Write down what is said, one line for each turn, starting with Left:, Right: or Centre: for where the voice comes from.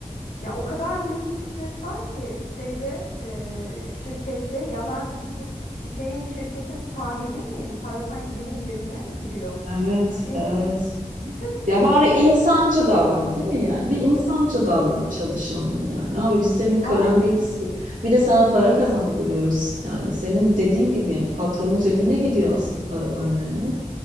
Left: Ya o kadar büyük bir stres var ki şeyde e, şirkette ya ben bu s- şeyin şirketin sahibi miyim? Para sanki benim cebime mi giriyor?
Right: Evet,
Left: Ya benim
Right: evet.
Left: bütün stresi
Right: Ya bari
Left: benim
Right: insancı
Left: üstüme yüklüyorlar.
Right: davran, değil mi yani? Bir insancı davran çalışanla yani. Abi biz senin kölen
Left: Aynen,
Right: değiliz ki. Bir de sana para kazandırıyoruz yani. Senin dediğin gibi yani patronun cebine gidiyor aslında paralar yani.